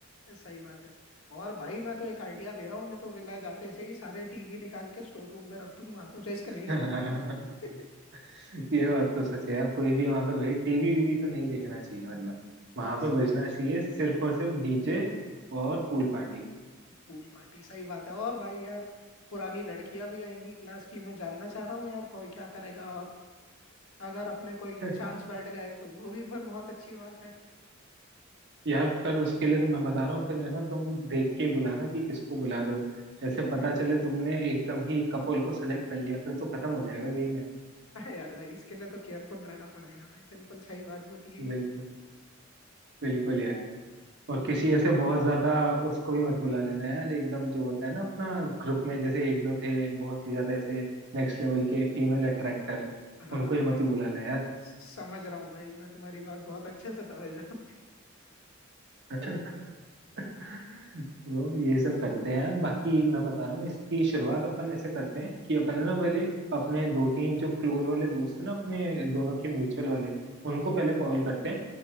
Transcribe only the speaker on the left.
सही बात है और भाई मैं तो एक आइडिया दे रहा हूँ मैं तो विला जाते से ही सारे टीवी निकाल के स्टोर रूम में रख दूंगा तो रिस्क नहीं
लेना
<laughs>
हाँ
पूल पार्टी सही बात है और भाई यार पुरानी लड़कियां भी आएंगी क्लास की मैं जानना चाह रहा हूँ यार कोई क्या करेगा और अगर अपने कोई
चांस बैठ गए तो वो भी फिर बहुत अच्छी बात है <laughs>
हाँ यार भाई इसके लिए तो केयरफुल रहना पड़ेगा भाई बिल्कुल सही बात
बोलिए
हाँ
भाई
स- समझ रहा हूँ भाई मैं तुम्हारी बात बहुत अच्छे से समझ रहा हूँ
<laughs> हम्म,
हम्म,